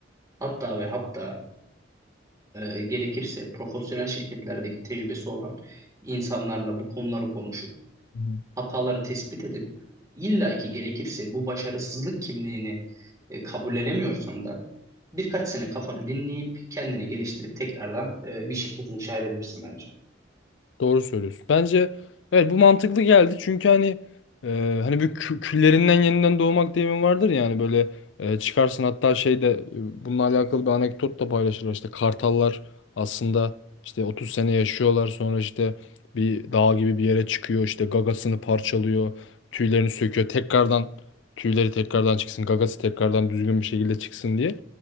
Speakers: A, on the right; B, on the left.
A: hatta ve hatta e, gerekirse profesyonel şirketlerdeki tecrübesi olan insanlarla bu konuları konuşup
B: Hı hı.
A: hataları tespit edip illaki gerekirse bu başarısızlık kimliğini e, kabullenemiyorsan da birkaç sene kafanı dinleyip kendini geliştirip tekrardan e, bir şirket inşa edebilirsin bence.
B: Doğru söylüyorsun. Bence evet bu mantıklı geldi. Çünkü hani e, hani bir kü- küllerinden yeniden doğmak deyimi vardır ya hani böyle e, çıkarsın hatta şey de e, bununla alakalı bir anekdot da paylaşılır. işte kartallar aslında işte 30 sene yaşıyorlar sonra işte bir dağ gibi bir yere çıkıyor işte gagasını parçalıyor tüylerini söküyor tekrardan tüyleri tekrardan çıksın gagası tekrardan düzgün bir şekilde çıksın diye.